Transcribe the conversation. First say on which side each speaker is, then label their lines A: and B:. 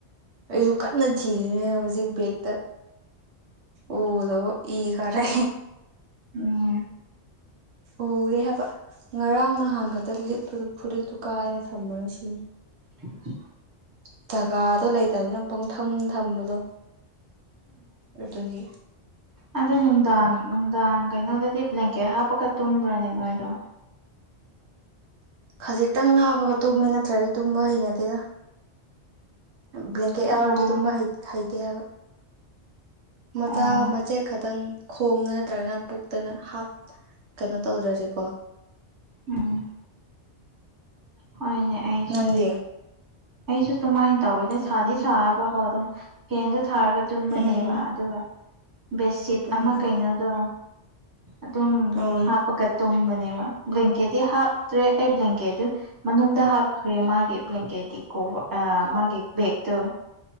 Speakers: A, on the right; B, on the right.
A: ꯑꯩꯁꯨ ꯀꯟꯅ ꯊꯤꯔꯤꯅꯦ ꯍꯧꯖꯤꯛ ꯕꯦꯛꯇ ꯎꯕꯗꯕ ꯏꯀꯔꯦ
B: ꯎꯝ꯫
A: ꯎꯌꯦ ꯍꯥꯏꯕ ꯉꯔꯥꯡ ꯅꯍꯟ ꯈꯛꯇ ꯂꯤꯠꯄꯗꯨ ꯐꯨꯔꯤꯠꯇꯨ ꯀꯥꯏꯔ ꯊꯝꯕꯅꯣ ꯁꯤꯅꯤ꯫
B: <inaudible>
A: ꯖꯒꯥꯗꯣ ꯂꯩꯇꯕꯅ ꯄꯪꯊꯝ ꯊꯝꯕꯗꯣ ꯑꯗꯨꯒꯤ꯫
B: ꯑꯗꯨ ꯅꯨꯡꯗꯥꯡ ꯅꯨꯡꯗꯥꯡ ꯀꯩꯅꯣꯗꯗꯤ ꯕ꯭ꯂꯦꯡꯀꯦꯠ ꯍꯥꯞꯄꯒ ꯇꯨꯝꯕ꯭ꯔꯅꯦ ꯅꯣꯏꯗꯣ꯫
A: ꯈꯖꯤꯛꯇꯪ ꯍꯥꯥꯞꯕꯒ ꯇꯨꯝꯃꯤ ꯅꯠꯇ꯭ꯔꯗꯤ ꯇꯨꯝꯕ ꯍꯩꯅꯗꯦꯗ꯫ ꯕ꯭ꯂꯦꯡꯀꯦꯠ ꯌꯥꯎꯔꯗꯤ
B: ꯑꯣ
A: ꯇꯨꯝꯕ ꯍꯩꯇꯦ ꯍꯥꯏꯕ꯫ ꯃꯆꯥ
B: ꯑꯣ
A: ꯃꯆꯦꯠ ꯈꯇꯪ ꯈꯣꯡꯗ ꯅꯠꯇ꯭ꯔꯒꯅ ꯄꯨꯛꯇꯅ ꯍꯥꯞ ꯀꯩꯅꯣ ꯇꯧꯗ꯭ꯔꯗꯤꯀꯣ꯫
B: ꯎꯝ꯫ ꯍꯣꯏꯅꯦ ꯑꯩꯁꯨꯅꯦ꯫
A: ꯅꯪꯗꯤ
B: ꯑꯩꯁꯨ ꯁꯨꯃꯥꯏꯅ ꯇꯧꯋꯦꯅꯦ
A: ꯎꯝ
B: ꯁꯥꯗꯤ ꯁꯥꯕꯀꯣ ꯑꯗꯣ ꯐꯦꯟꯗꯣ ꯊꯥꯔꯒ ꯇꯨꯝꯕꯅꯦꯕ
A: ꯎꯝ
B: ꯑꯗꯨꯒ ꯕꯦꯠꯁꯤꯠ
A: ꯎꯝ
B: ꯑꯃ ꯀꯩꯅꯣꯗꯣ꯫ ꯑꯗꯨꯝ
A: ꯎꯝ
B: ꯍꯥꯞꯄꯒ ꯇꯨꯝꯕꯅꯦꯕ ꯕ꯭ꯂꯦꯟꯀꯦꯠꯗꯤ ꯍꯥꯞꯇ꯭ꯔꯦ ꯑꯩ ꯕ꯭ꯂꯦꯟꯀꯦꯠ ꯃꯅꯨꯡꯗ ꯍꯥꯞꯈ꯭ꯔꯦ ꯃꯥꯒꯤ ꯕ꯭ꯂꯦꯡꯀꯦꯠꯀꯤ ꯀꯣ ꯃꯥꯒꯤ ꯕꯦꯒꯛꯇꯨ